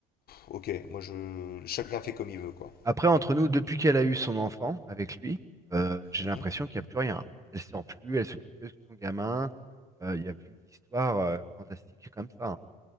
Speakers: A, on the left (about 50°); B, on the right (about 15°).
A: ok, moi, je... chacun fait comme il veut, quoi.
B: Après, entre nous, depuis qu'elle a eu son enfant avec lui, euh, j'ai
A: Mhm.
B: l'impression qu'il n'y a plus rien. Elle sort plus, elle s'occupe que de son gamin. euh, Il n'y a plus d'histoire euh, fantastique comme ça. hein.